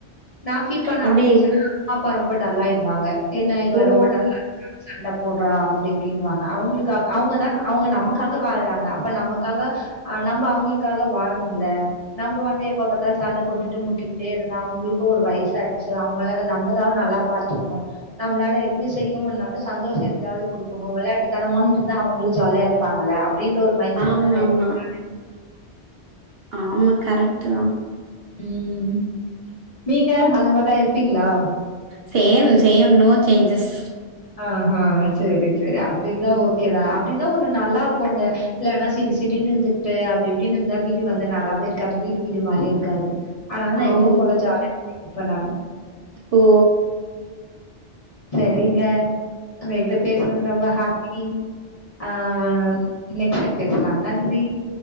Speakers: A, on the left (about 35°); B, on the right (about 65°).
A: நா ஃபீல் பண்ண
B: அப்படியே
A: ஆரமிச்சன்னா அம்மா அப்பா ரொம்ப டல்லாயிடுவாங்க என்ன இவே
B: ஓ!
A: ரொம்ப டல்லார் காக சண்டப் போட்றா அப்டி இப்டின்வாங்க அவுங்ளுக்காக அவுங்கதான் அவுங்க நமக்காக வாழறாங்க அப்ப நமக்காக அ நம்ப அவுங்குளுக்காக வாழணுல்ல நம்ப வந்து எப்ப பாத்தாலு சண்டட் போட்டுட்டு முட் ட்டிக்ட்டே இருந்தா அவுங்ளுக்கு ஒரு வயிசாயிடுச்சு அவுங்களால நம்பதா நல்லாப் பாத்துகுணு நம்ளால எதுமே செய்ய முன்னாலு சந்தோஷயெத்யாவது குடுக்குணு வெளையாட்டுத்தனமா இருந்தா அவுங்ளு ஜாலியா இருப்பாங்கள அப் டின்ற ஒரு மைன் செட்ல
B: ஆமாமா.
A: நா எப்பே ஜாலியா
B: ஆம கரட்டுதா
A: ம் நீங்க அது மார்டா இருப்பீங்ளா
B: சேம் சேம் நோ சேஞ்சஸ்
A: அ அ செரி செரி அப்டிதா ஓகேதா அப்டினா ஒன்னு நல்லா இருக்குங்க இல்லனா சிடு சிடுனு இந்துகிட்டு அப்டி இப்டினு இந்தா வீடு வந்த நல்லாவே இருக்காது வீடு வீடு மாரியே இருக்காது அனால நா
B: ஆமா
A: எப்பவும் போல ஜாலியா <unintelligible> இருப்பே நானு
B: ஓ
A: செரிங்க உங்ககிட்ட பேச்னது ரொம்ப ஹேப்பி ஆ நன் நெக்ஸ்ட் டைம் பேச்லா நன்றி